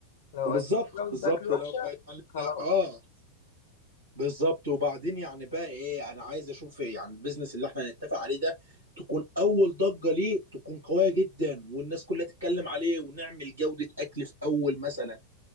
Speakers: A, on the left (about 55°); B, on the right (about 80°).
A: لو
B: بالظبط
A: قدمت جودة
B: بالظبط
A: اكل وحشة
B: لو يعني
A: خلاص
B: لا اه بالظبط وبعدين يعني بقى ايه انا عايز اشوف يعني البيزنس اللي احنا هنتفق عليه ده تكون اول ضجه ليه تكون قويه جدا والناس كلها تتكلم عليه ونعمل جوده اكل في اول مثلا